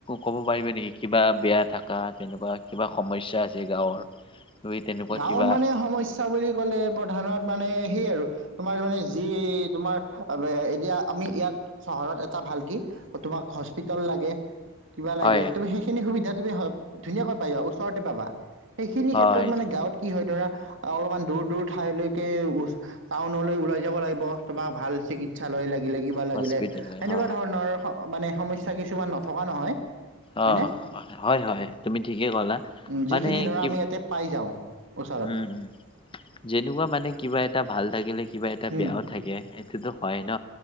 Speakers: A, on the left (about 25°); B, on the right (about 65°).
A: ক'ব পাৰিবি নেকি কিবা বেয়া থাকা তেনেকুৱা কিবা সমস্যা আছে গাঁৱৰ তুমি তেনেকুৱা
B: গাঁৱত
A: কিবা
B: মানে সমস্যা বুলি ক'লে প্ৰধানত মানে সেই আৰু তোমাৰ মানে যি তোমাৰ এতিয়া আমি ইয়াত চহৰত এটা ভাল কি তোমাক হস্পিতেল লাগে। কিবা লাগে
A: হয়
B: তুমি সেইখিনি সুবিধা তুমি ধুনীয়াকৈ পাই যোৱা। ওচৰতে পাবা সেইখিনি
A: হয়
B: ক্ষেত্ৰত মানে তাত কি হয় ধৰা অলপমান দূৰ, দূৰ ঠাইলৈকে টাউনলৈ ওলাই যাব লাগিব। তোমাক ভাল চিকিত শৌচালয় লাগিলে কিবা লাগিলে
A: হস্পিতেল
B: সেনেকুৱা
A: অ
B: ধৰণৰ মানে সমস্যা কিছুমান নথকা নহয়। হয়নে?
A: অ' হয়, হয়। তুমি ঠিকেই ক'লা।
B: উম যিখিনি
A: মানে
B: ধৰা
A: কি
B: আমি ইয়াতে পাই যাওঁ ওচৰত
A: উম, উম। যেনেকুৱা মানে, কিবা এটা ভাল থাকিলে, কিবা এটা
B: উম
A: বেয়াও থাকে। সেইটোতো হয় ন,